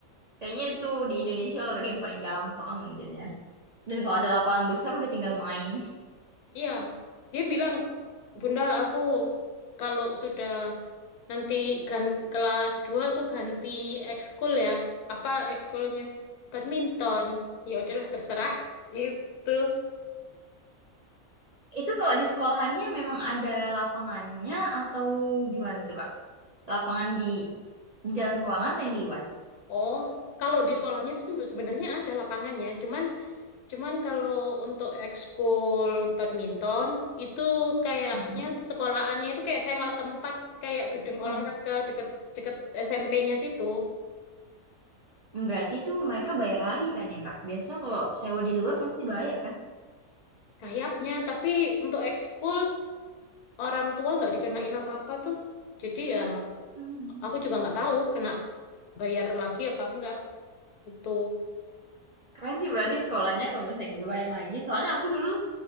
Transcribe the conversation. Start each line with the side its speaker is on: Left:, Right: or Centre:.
Right: kayaknya itu di Indonesia olahraga yang paling gampang mungkin ya. Dan kalau ada lapangan besar udah tinggal main.
Left: iya. Dia bilang, "Bunda, aku kalau sudah nanti gan- kelas 2 aku ganti ekskul ya." Apa ekskulnya? Badminton. Ya udahlah terserah gitu.
Right: Itu kalau di sekolahannya memang ada lapangannya atau gimana tuh Kak? Lapangan di di dalam ruangan atau yang di luar?
Left: Oh, kalau di sekolahnya itu sebe- sebenarnya ada lapangannya, cuman Cuman kalau untuk ekskul badminton itu kayaknya
Right: Hmm.
Left: sekolahannya itu kayak sewa tempat kayak gedung olahraga
Right: Oh,
Left: deket deket SMP-nya situ
Right: Berarti itu mereka bayar lagi kan ya Kak? Biasa kalau sewa di luar pasti bayar kan?
Left: kayaknya tapi untuk ekskul orang tua nggak dikenain apa-apa tuh jadi ya
Right: Hmm.
Left: aku juga nggak tahu kena bayar lagi apa enggak gitu
Right: Keren sih berarti sekolahnya kalau misalnya gue bayar lagi. Soalnya aku dulu